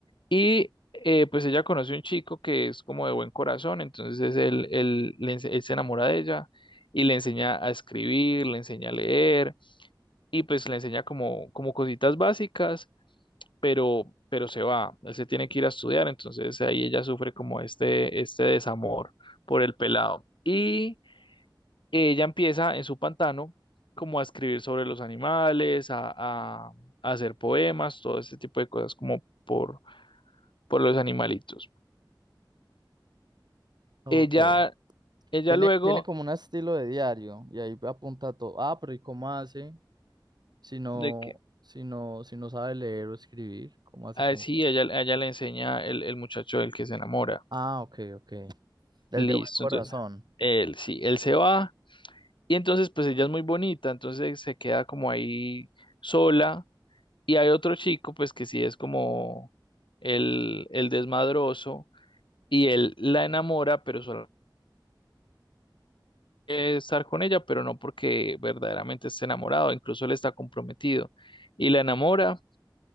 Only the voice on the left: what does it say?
y eh, pues ella conoce un chico que es como de buen corazón, entonces él, él, le ense- él se enamora de ella y le enseña a escribir, le enseña a leer y pues le enseña como, como cositas básicas pero, pero se va, él se tiene que ir a estudiar, entonces ahí ella sufre como este, este desamor por el pelado. Y ella empieza en su pantano como a escribir sobre los animales, a, a- a hacer poemas, todo este tipo de cosas como por, por los animalitos.
Ella, ella
luego
de que,
ah,
sí,
a ella, a ella le enseña el, el muchacho del que se enamora,
listo,
entonces él, sí, él se va Y entonces, pues ella es muy bonita, entonces se queda como ahí sola. Y hay otro chico, pues que sí es como el, el desmadroso, y él la enamora, pero solo quiere estar con ella, pero no porque verdaderamente esté enamorado, incluso él está comprometido. Y la enamora,